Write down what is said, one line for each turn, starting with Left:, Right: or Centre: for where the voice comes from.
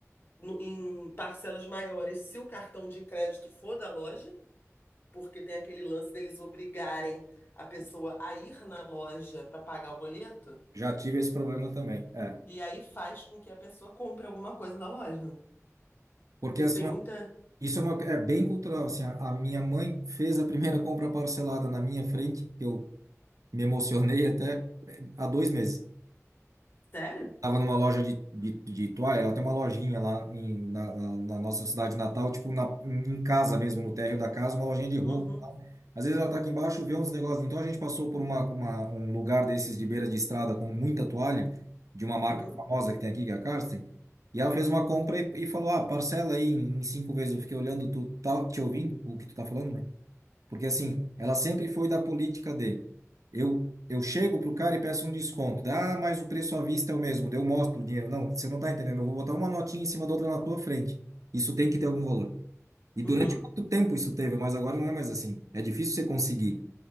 Left: no- em parcelas maiores se o cartão de crédito for da loja, porque tem aquele lance deles obrigarem a pessoa a ir na loja para pagar o boleto,
Right: Já tive esse problema também. É.
Left: e aí faz com que a pessoa compre alguma coisa da loja, né?
Right: Porque
Left: Isso
Right: assim,
Left: tem muita.
Right: Isso é, uma, é bem cultural, assim, a, a minha mãe fez a primeira compra parcelada na minha frente, eu me emocionei até eh, há dois meses.
Left: Sério?
Right: Tava numa loja de, de, de toalha, ela tem uma lojinha lá em- na, na- na nossa cidade natal, tipo na, em em casa mesmo, no térreo da casa, uma lojinha de roupa
Left: Uhum,
Right: e tal. Às vezes ela tá aqui embaixo, vê uns negócios. Então a gente passou por uma, uma- um lugar desses de beira de estrada com muita toalha, de uma marca
Left: uhum,
Right: famosa que tem aqui, que é a Karsten, e ela fez uma compra e, e falou: Ah, parcela aí em, em cinco vezes. Eu fiquei olhando, tu tá te ouvindo o que tu tá falando, mãe? Porque assim, ela sempre foi da política de eu eu chego pro cara e peço um desconto. Dá, ah, mas o preço à vista é o mesmo. Daí Eu mostro o dinheiro. Não, você não tá entendendo. Eu vou botar uma notinha em cima da outra na tua frente. Isso tem que ter algum valor. E
Left: uhum,
Right: durante muito tempo isso teve, mas agora não é mais assim. É difícil você conseguir,